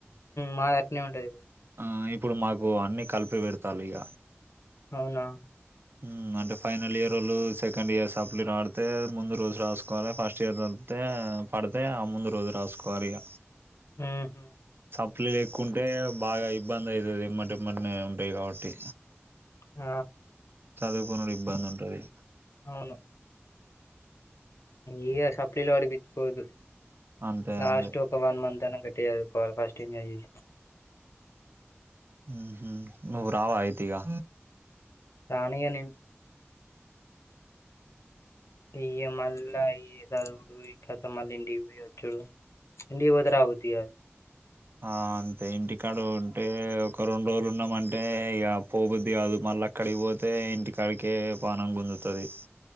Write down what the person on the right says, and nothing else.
ఆ ఇప్పుడు మాకు అన్ని కలిపి పెడతాలు ఇగ
హ్మ్ అంటే ఫైనల్ ఇయరోలు సెకండ్ ఇయర్ సప్లి రాడితే ముందు రోజు రాసుకోవాలి ఫస్ట్ ఇయర్ చదితే పడితే ఆ ముందు రోజు రాసుకోవాలి ఇగ
సప్లీలు ఎక్కువుంటే బాగా ఇబ్బంది అయితది ఎంబటి ఎంబట్నే ఉంటాయి కాబట్టి
చదువుకొనుడు ఇబ్బంది ఉంటది
అంతే
అంతే
హ్మ్ హు నువ్వు రావ అయితే ఇగా
ఆ అంతే ఇంటికాడ ఉంటే ఒక రెండు రోజులు ఉన్నామంటే ఇక పోబుద్ధి కాదు మళ్ళీ అక్కడికి పోతే ఇంటికాడకే పానం గుంజుతాది